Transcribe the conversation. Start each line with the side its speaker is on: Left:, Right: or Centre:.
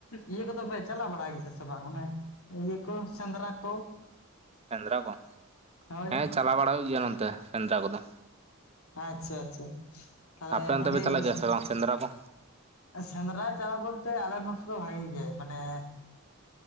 Left: ᱤᱭᱟᱹ ᱠᱚᱫᱚ ᱯᱮ ᱪᱟᱞᱟ ᱵᱟᱲᱟ ᱜᱮᱭᱟ ᱥᱮ ᱵᱟᱝ ᱚᱱᱮ ᱤᱭᱟᱹ ᱠᱚ ᱥᱮᱸᱫᱽᱨᱟ ᱠᱚ᱾
Right: ᱥᱮᱸᱫᱽᱨᱟ ᱠᱚ,
Left: ᱦᱳᱭ
Right: ᱦᱮᱸ ᱪᱟᱞᱟᱣ ᱵᱟᱲᱟ ᱦᱩᱭᱩᱜ ᱜᱮᱭᱟ ᱚᱱᱛᱮ ᱥᱮᱸᱫᱽᱨᱟ ᱠᱚᱫᱚ᱾
Left: ᱟᱪᱪᱷᱟ ᱟᱪᱪᱷᱟ ᱛᱟᱦᱮ
Right: ᱟᱯᱮ
Left: ᱵᱷᱟᱜᱤ
Right: ᱚᱱᱛᱮ ᱯᱮ ᱪᱟᱞᱟᱜ
Left: ᱜᱮ ᱵᱮᱥᱟ
Right: ᱜᱮᱭᱟ ᱥᱮ ᱵᱟᱝ ᱥᱮᱸᱫᱽᱨᱟ ᱠᱚ
Left: ᱥᱮᱸᱫᱽᱨᱟ ᱪᱟᱞᱟᱣ ᱵᱚᱞᱛᱮ ᱟᱞᱮ ᱱᱚᱛᱮ ᱫᱚ ᱵᱷᱟᱜᱤ ᱜᱮ ᱢᱟᱱᱮ